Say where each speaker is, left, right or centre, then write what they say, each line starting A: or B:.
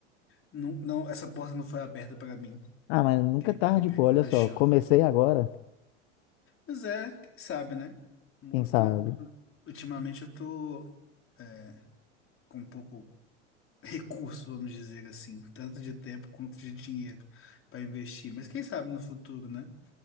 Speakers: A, on the left; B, on the left.
A: Não, não, essa porta não foi aberta para mim.
B: Ah, mas nunca
A: Quem,
B: é tarde,
A: quem pegou,
B: pô, olha
A: fechou.
B: só, comecei agora,
A: Mas é, quem sabe, né? Mu-
B: quem sabe?
A: tu- Ultimamente eu tô é, com pouco recurso, vamos dizer assim, tanto de tempo quanto de dinheiro para investir. Mas quem sabe no futuro, né?